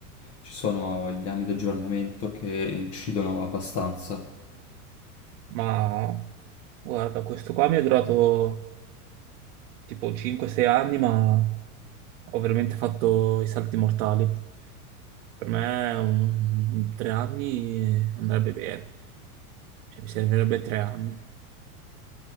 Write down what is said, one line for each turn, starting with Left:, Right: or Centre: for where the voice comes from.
Left: ci sono gli anni di aggiornamento che incidono abbastanza.
Right: Ma guarda, questo qua mi è durato tipo 5-6 anni, ma ho veramente fatto i salti mortali. Per me un... tre anni andrebbe bene. Cioè, mi servirebbe tre anni.